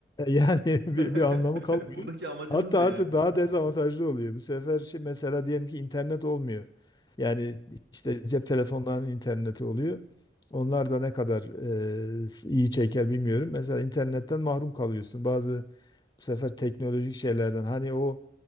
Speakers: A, on the left (about 25°); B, on the right (about 70°).
A: yani bir,
B: <laughs>
A: bir anlamı kalmıyor.
B: Buradaki amacımız
A: Hatta
B: ne
A: artık
B: yani?
A: daha dezavantajlı oluyor. Bu sefer şey, mesela diyelim ki internet olmuyor. Yani işte cep telefonlarının interneti oluyor. Onlar da ne kadar e, s- iyi çeker bilmiyorum. Mesela internetten mahrum kalıyorsun. Bazı bu sefer teknolojik şeylerden hani o